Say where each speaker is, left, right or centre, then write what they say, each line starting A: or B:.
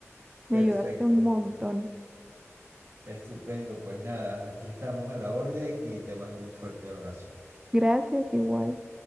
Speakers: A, on the right; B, on the right.
A: Me
B: perfecto,
A: ayudaste un montón.
B: estupendo. Pues nada, aquí estamos a la orden y te mando un fuerte abrazo.
A: Gracias, igual.